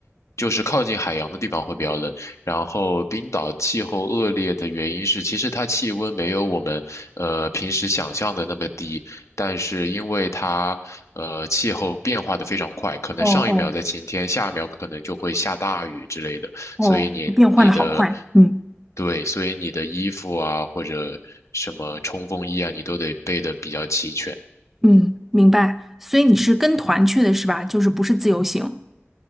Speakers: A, on the left; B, in the centre.
A: 就是靠近海洋的地方会比较冷。然后冰岛气候恶劣的原因是，其实它气温没有我们呃平时想象的那么低，但是因为它呃气候变化的非常快，可能上一秒在晴天，
B: 哦哦
A: 下一秒可能就会下大雨之类的。
B: 哦，
A: 所以你你的
B: 变换的好快。嗯
A: 对，所以你的衣服啊或者什么冲锋衣啊，你都得备的比较齐全。
B: 嗯，明白。所以你是跟团去的是吧？就是不是自由行？